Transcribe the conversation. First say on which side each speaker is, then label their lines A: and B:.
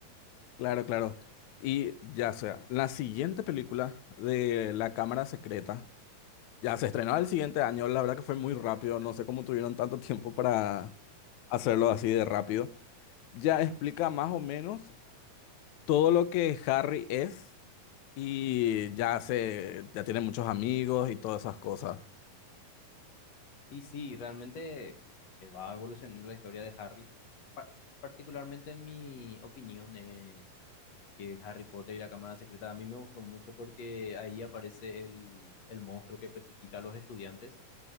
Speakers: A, on the left (about 70°); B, on the left (about 55°).
A: Claro, claro. Y ya sea, la siguiente película de La Cámara Secreta ya se estrenó el siguiente año, la verdad que fue muy rápido, no sé cómo tuvieron tanto tiempo para hacerlo así de rápido. ya explica más o menos todo lo que Harry es y ya se, ya tiene muchos amigos y todas esas cosas.
B: Y sí, realmente eh, va evolucionando la historia de Harry. Pa- particularmente en mi opinión es que Harry Potter y la Cámara Secreta a mí me gustó mucho porque ahí aparece el, el monstruo que petrifica a los estudiantes